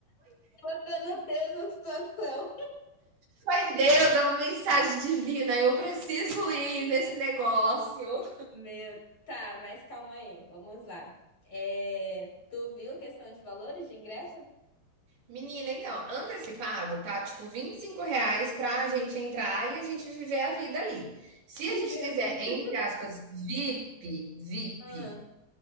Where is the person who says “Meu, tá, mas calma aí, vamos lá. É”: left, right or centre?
Left